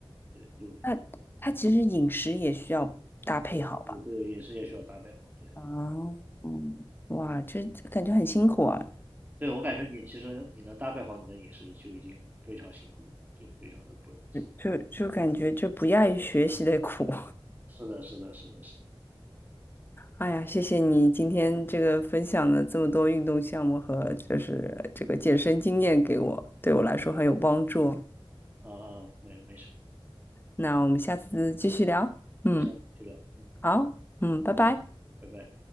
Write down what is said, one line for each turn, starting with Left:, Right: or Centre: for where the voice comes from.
Right: 对，六年，
Left: 那它其实饮食也需要搭配好吧？
Right: 对，对饮食也需要搭配好，对，
Left: 啊，嗯，哇，这这感觉很辛苦啊，
Right: 对我感觉你其实你能搭配好你的饮食就已经非常辛苦了，就非常的不容易。
Left: 就就就感觉这不亚于学习的苦。
Right: 是的，是的，是的，是的。
Left: 哎呀，谢谢你今天这个分享的这么多运动项目和就是这个健身经验给我，对我来说很有帮助。
Right: 啊啊，没没事，
Left: 那我们下次继续聊。
Right: 那下次再聊，
Left: 嗯，
Right: 嗯，
Left: 好，嗯，拜拜。
Right: 拜拜。